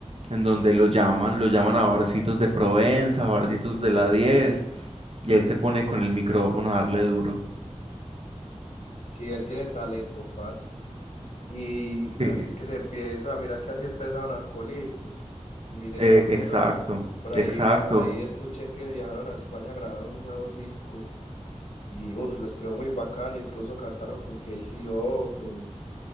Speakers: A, on the right (about 55°); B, on the left (about 85°).
A: en donde lo llaman, lo llaman a barcitos de Provenza, barcitos de la 10 y él se pone con el micrófono a darle duro.
B: Sí, él tiene talento, parce. Y
A: Sí,
B: así es que se empieza, mira que así empezaron Alcohólicos. Mire
A: eh,
B: ya dónde
A: exacto,
B: van. Por ahí,
A: exacto.
B: por ahí escuché que viajaron a España a grabar un nuevo disco y uf, les quedó muy bacano, incluso cantaron con KCO, con,